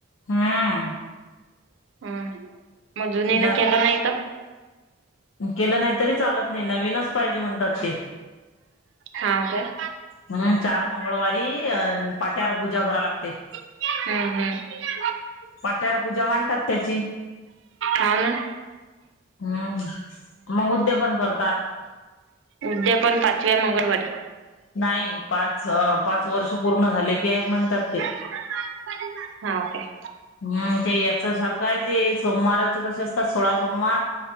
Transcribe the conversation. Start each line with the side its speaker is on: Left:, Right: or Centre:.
Left: हम्म
Right: हम्म म जुनेने
Left: न
Right: केलं नाहीत?
Left: केलं नाही तरी चालत नाही नवीनच पाहिजे म्हणतात ते.
Right: हाव काय.
Left: हम्म चार मंगळवारी अअन पाट्यावर पूजा करा लागते.
Right: हम्म हम्म.
Left: पाट्यार पूजा मांडतात त्याची.
Right: हाव ना.
Left: हम्म मग उद्यापन करतात.
Right: उद्यापन पाचव्या मंगळवारी.
Left: नाही पाच ह पाच वर्ष पूर्ण झाले की एक म्हणतात ते.
Right: <unintelligible> हाव काय.
Left: हम्म ते याचा सारखं आहे ते सोमवाराचे कसे असतात सोळा सोमवार